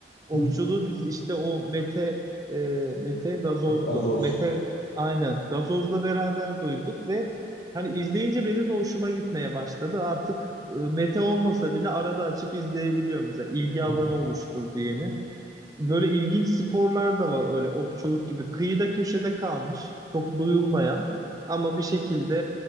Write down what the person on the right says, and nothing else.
Okçuluğu
biz işte o Mete e, Mete Gazoz'du.
Mete aynen Gazoz'la beraber duyduk ve hani izleyince benim de hoşuma gitmeye başladı. Artık e, Mete olmasa bile arada açıp izleyebiliyorum mesela ilgi alanı
oluşturdu yeni. Böyle ilginç sporlar da var öyle okçuluk gibi. Kıyıda köşede kalmış, çok duyulmayan ama bir şekilde